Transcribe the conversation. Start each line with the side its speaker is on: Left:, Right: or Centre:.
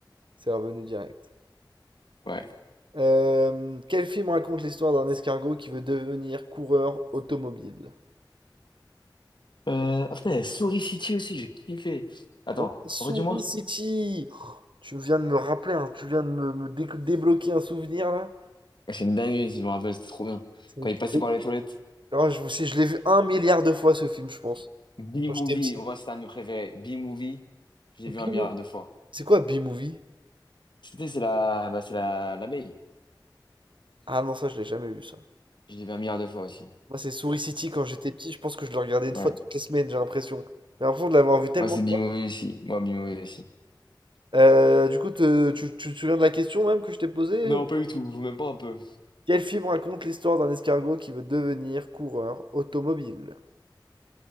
Right: C'est revenu direct.
Left: Ouais.
Right: Euh, quel film raconte l'histoire d'un escargot qui veut devenir coureur automobile?
Left: Euh, ah putain, il y a Souris City aussi, j'ai kiffé. Attends,
Right: Oh, Souris
Left: redis-moi.
Right: City! Oh, tu viens de me rappeler, hein, tu viens de me, me dé- débloquer un souvenir là.
Left: Ah, C'est une dinguerie, si je me rappelle, c'était trop bien.
Right: C'est-
Left: Quand il passait
Right: C'est-
Left: par les toilettes.
Right: Oh, je, sais, je l'ai vu un milliard de fois ce film, je pense.
Left: B-Movie,
Right: Quand j'étais petit.
Left: moi, c'était un de mes préférés. B-Movie, j'ai
Right: B-Movie.
Left: vu un milliard de fois.
Right: C'est quoi B-Movie?
Left: Tu sais, c'est la, bah, c'est la, l'abeille.
Right: Ah non, ça je l'ai jamais vu ça.
Left: Je l'ai vu un milliard de fois aussi.
Right: Moi c'est Souris City quand j'étais petit, je pense que je le regardais
Left: Ouais.
Right: une fois toutes les semaines, j'ai l'impression. J'ai l'impression de l'avoir vu tellement
Left: moi c'est
Right: de
Left: Bimoué
Right: fois.
Left: aussi. Moi, Bimoué aussi.
Right: Euh, du coup, te- tu, tu te souviens de la question même que je t'ai posée?
Left: Non,
Right: ou-
Left: pas du tout. Vous même pas un peu.
Right: Quel film raconte l'histoire d'un escargot qui veut devenir coureur automobile?